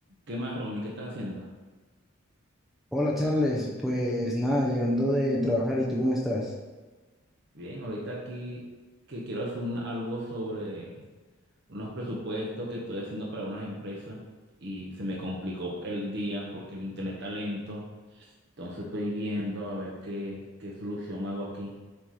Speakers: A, on the right; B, in the centre.
A: ¿Qué más, Ronnie? ¿Qué estás haciendo?
B: Hola Charles, pues nada, llegando de trabajar, ¿y tú cómo estás?
A: Bien, ahorita aquí que quiero hacer un- algo sobre unos presupuestos que estoy haciendo para unas empresas y se me complicó el día porque el internet está lento. Entonces estoy viendo a ver qué, qué solución hago aquí.